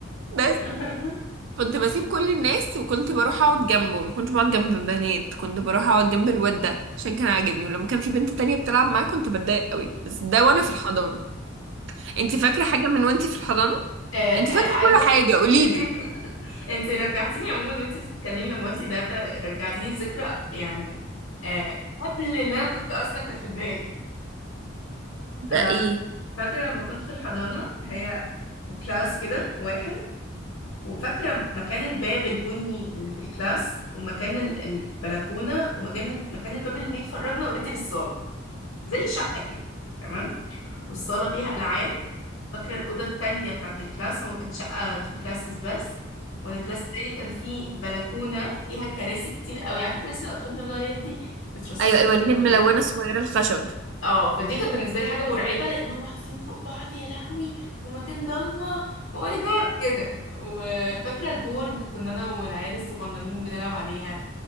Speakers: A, on the right (about 60°); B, on the left (about 85°).
A: بس
B: <laughs>
A: كنت بسيب كل الناس وكنت بروح اقعد جنبه ما كنتش بقعد جنب بنات كنت بروح اقعد جنب الواد ده عشان كان عاجبني ولما كان في بنت تانية بتلعب معاه كنت بتضايق قوي بس ده وانا في الحضانة انت فاكرة حاجة من وانت في الحضانة
B: آه، آه،
A: انت فاكرة
B: عايزة
A: كل حاجة قوليلي
B: <laughs> انت رجعتيني عموما وانت بتتكلمي لما قلتي ده رجعتيني لذكرى يعني آه قبل اللي انا كنت اصلا كانت في دماغي
A: ده
B: انا
A: ايه
B: فاكره لما كنت في الحضانه هي كلاس كده واحد وفاكره مكان الباب البني اللي في الكلاس ومكان ال- البلكونه ومكان مكان الباب اللي بيخرجنا اوريدي للصاله زي شقه كده تمام والصاله فيها العاب فاكرة الأوضة التانية بتاعت الكلاس هو كانت شقة تو كلاسز بس وأنا الكلاس التاني كان فيه بلكونة فيها كراسي كتير قوي عارفة كراسي الأطفال بيقعدوا عليها دي كانت مترصصة
A: ايوه
B: في
A: ايوه اللي
B: بعض
A: هي الملونه
B: كده
A: الصغيره الخشب
B: اه فدي كانت بالنسبة لي حاجة مرعبة لأن هم محطوطين فوق بعض يا لهوي ومكان ضلمة او ماي جاد كده وفاكرة البورد كنا أنا والعيال الصغننين بنلعب عليها